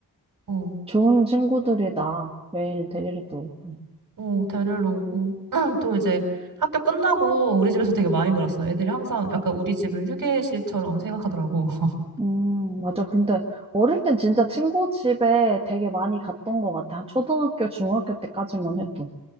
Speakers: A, on the right (about 60°); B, on the right (about 15°).
A: 어,
B: 좋은 친구들이다. 매일 데리러 또 오고.
A: 어, 데리러 오고 <clears throat> 또 이제 학교 끝나고 우리 집에서 되게 많이 놀았어. 애들이 항상 약간 우리 집을 휴게실처럼 생각하더라고. <laughs>
B: 음, 맞아. 근데 어릴 땐 진짜 친구 집에 되게 많이 갔던 것 같아. 한 초등학교, 중학교 때까지만 해도.